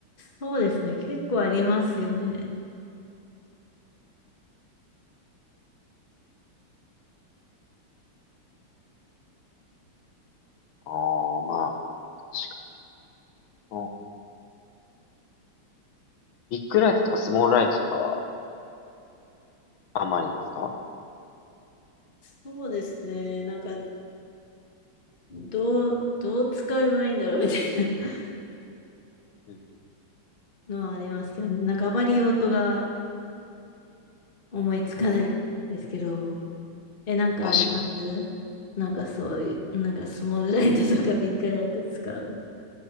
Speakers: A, on the left; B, on the left.
A: そうですね。結構ありますよね。
B: ああ、まあ、確かに。うんビッグライトとかスモールライトとかはあんまりですか
A: そうですね。なんか、どう、どう使えばいいんだろうみたいな
B: うんうん。
A: のはありますけどね。なんかあまり用途が思いつかないですけど。え、なんかありますなんかそういう、
B: 確かに。
A: なんかスモールライトとかビッグライト使う。